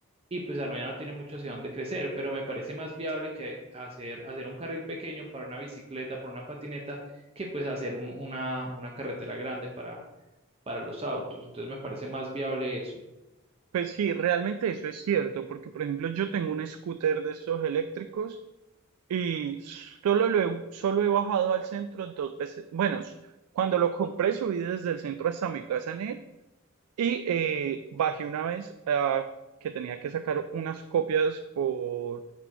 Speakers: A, on the right (about 25°); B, on the right (about 85°).
A: y pues Armenia no tiene mucho hacia dónde crecer, pero me parece más viable que hacer, hacer un carril pequeño para una bicicleta, para una patineta, que pues hacer un- una, una carretera grande para, para los autos. Entonces me parece más viable eso.
B: Pues sí, realmente eso es cierto, porque por ejemplo yo tengo un scooter de estos eléctricos y solo lo he, solo he bajado al centro dos veces. Bueno, s- cuando lo compré subí desde el centro hasta mi casa en él Y eh, bajé una vez ah, que tenía que sacar unas copias por